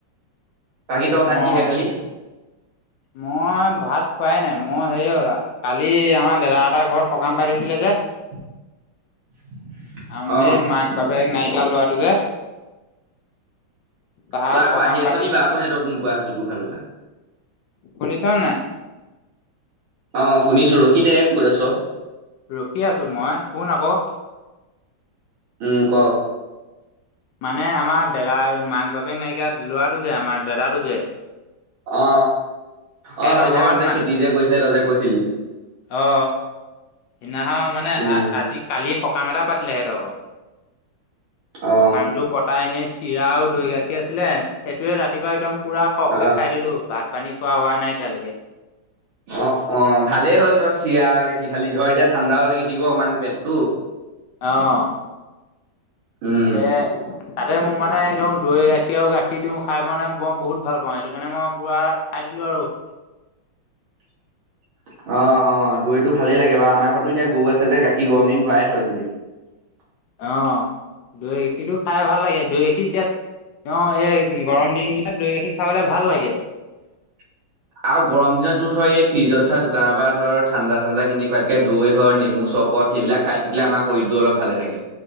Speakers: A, on the right; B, on the left.
A: বাকী তই
B: অ',
A: ভাত কিহে খালি?
B: মই ভাত খোৱাই নাই মোৰ হেৰি হ'ল কালি আমাৰ দাদা এটাৰ ঘৰত সকাম পাতিছিলে যে ব
A: <inaudible>
B: আমি
A: অ
B: এই মাক-বাপেক নাইকিয়া ল'ৰাটো যে তাৰ
A: তই আকৌ
B: সকাম
A: আহি আছ
B: পাতিছে
A: নি বাৰু আকৌ নেটৱৰ্ক নোপোৱা হৈছো তোৰ ফালৰ পৰা
B: শুনিছ নাই?
A: অ শুনিছো ৰখিদে ক'ত আছ।
B: ৰখি আছো মই শুন আকৌ
A: উম ক
B: মানে আমাৰ দাদাৰ মাক বাপেক নাইকিয়া লৰাটো যে আমাৰ দাদাটো যে
A: অ
B: সিহঁতৰ
A: অ অ সইন্যখন
B: ঘৰত
A: যে
B: মান
A: খেতি যে কৈছিলে তই যে কৈছিল
B: অ অ সেইদিনাখন মানে
A: উম
B: আজি কালি সকাম এটা পাতি হেটৰ ঘৰত
A: অ
B: সকামটো পতাই এনে চিৰা আৰু দৈ গাখীৰ আছিলে সেইটোৱে ৰাতিপুৱা একদম পুৰা সখকে
A: অ
B: খাই দিলো ভাত পানী খোৱা হোৱা নাই। নাই এতিয়ালৈকে।
A: অ অ ভালেই হ'ল তই চিৰা গাখীৰ খালি ধ এতিয়া ঠাণ্ডাও লাগি থাকিব অকমান পেটটো
B: আহ
A: উম
B: এ তাতে মোৰ মানে একদম দৈ গাখীৰ আৰু গাখীৰটো খাই মানে মই বহুত ভাল পাওঁ সেইটো কাৰণে মই পুৰা খাই দিলো আৰু
A: <unintelligible> অ অ দৈটো ভালেই লাগে বাৰু আমাৰ ঘৰতো এতিয়া গৰু আছে যে গাখীৰ গৰম দিন ভৰাই থৈ দিওঁ আৰু। <unintelligible>
B: অ দৈ গাখীৰটো খাই ভাল লাগে দৈ গাখীৰ এতিয়াত অ এই গৰম দিন কেইটাত দৈ গাখীৰ খাবলৈ ভাল লাগে।
A: <unintelligible> আৰু গৰম দিনতো ধ এই ফ্ৰিজত থোৱা দোকানৰ পৰা ধৰ ঠাণ্ডা চান্ডা কিনি খোৱাতকে দৈ ধৰ নেমু চ চৰপত সেইবিলাক খাই থাকিলে আমাৰ শৰীৰটো অলপ ভালে থাকে।